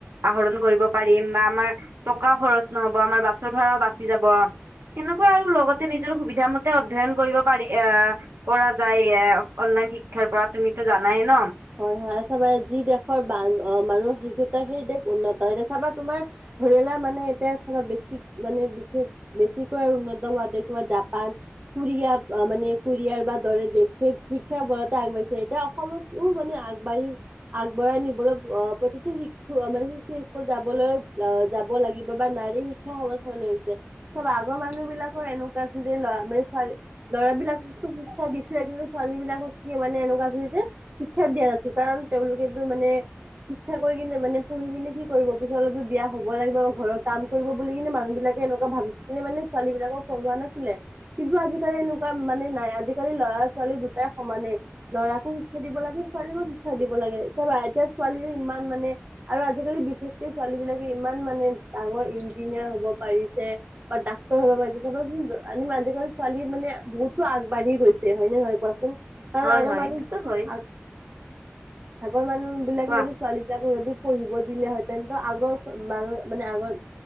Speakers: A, on the right (about 60°); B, on the right (about 35°).
A: আহৰণ কৰিব পাৰিম বা আমাৰ টকা খৰচ নহব আমাৰ বাছৰ ভ়াও বাচি যাব। সেনেকুৱা আৰু লগতে নিজৰ সুবিধা মতে অধ্যয়ন কৰিব পাৰি আহ পৰা যায় এ অঁ শিক্ষাৰ পৰা তুমিতো জানায়ে ন।
B: হয় হয় আ চ মান যি দেশৰান মানুহ শেই। সেই দেশ উন্নত এতিয়া চাবা তোমাৰ ধৰি মানে এতিয়া চাবা বেক মানে বিশেষ বেছিকৈ আৰু উন্নত হোৱা দেেশ তোমাৰ জাপান কৰিয়া মানে কোৰিয়াৰ বা দৰে দেশে কি বৰতে আগবাঢ়ছে এতিয়া অসমত। উ মানে আগবাঢ়ি আগবঢ়াই নিবলৈ অঁ প্ৰতিটো শিকু মানে শিশু স্কুল যাবলৈ অঁ যাব লাগিব বা নাৰীৰ শিক্ষা সমাধান হৈছে চব আগৰ মানুহ বিলাকৰ এনেকুৱা আছিল যে মানে ছোৱাল ল'ৰাবলাককো শিক্ষা দিছিলে কিন্তু ছোৱালী বিলাকক কি মানে এনেকুৱা আছিলে যে। শিক্ষাত দিয়া নাছিল কাৰণ তেওঁলোকেতো মানে শিক্ষা কৰি কিনে মানে পঢ়ি কিনে কি কৰিব পিছততো বিয়া হ'ব লাগিব ঘৰৰ কাম কৰিব বুলি কিনে মানুহ বিলাক এনেকুৱা ভাবি কিনে মানেোৱালী বিলাকক পঢ়োৱা নাছিলে কিন্তু আজিকালি এনেকুৱা মানে নাই আজিকালি লৰা ল'ৰা ছোৱালী দুটাই সমানে ল'ৰা কো শিক্ষা দিব লাগে ছোৱালীকো শিক্ষা দিব লাগে চাবা এতিয়া ছোৱালীয়ে ইমান মানে আৰু আজিকালি বিশেষকে ছোৱালী বিলাক ইমান মানে ডাঙৰ ইঞ্জিনিয়াৰ হব পাৰিছে বা ডাক্তৰ হব পাৰিছে চাবচোন। মান আজিকালি ছোৱালী মানে বহুতো আগবাঢ়ি গৈছে হয় নে নহয় কোৱাচোন। কাৰণ
A: হয়
B: আগৰ
A: হয়
B: মানুহ
A: এইটো হয়।
B: আগ আগৰ মানুহ বিলাকে
A: কোৱা
B: যদি ছোৱালী বিলাকো যদি পঢ়িব দিলে হয় তেন্তে আগৰ মানুহ মানে আগৰ